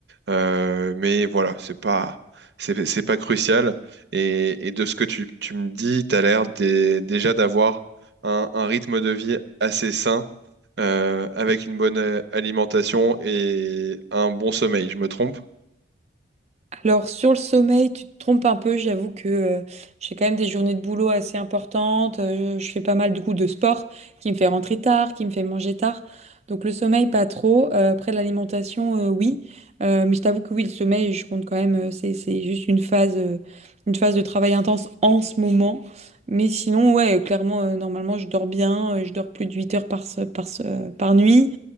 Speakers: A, on the right (about 60°); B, on the right (about 35°).
A: euh, mais voilà, c'est pas, c'est, c'est pas crucial. Et, et de ce que tu, tu me dis, tu as l'air dé- déjà d'avoir un, un rythme de vie assez sain, euh, avec une bonne euh, alimentation et un bon sommeil. Je me trompe?
B: Alors sur le sommeil, tu te trompes un peu, j'avoue que euh, j'ai quand même des journées de boulot assez importantes, euh, je fais pas mal du coup de sport qui me fait rentrer tard, qui me fait manger tard. Donc le sommeil pas trop, Euh, après l'alimentation euh, oui, Euh, mais je t'avoue que oui, le sommeil je compte quand même, euh, c'est, c'est juste une phase, euh, une phase de travail intense en ce moment. Mais sinon ouais, euh, clairement euh, normalement je dors bien, euh, je dors plus de 8 heures par, se- par, se- par nuit.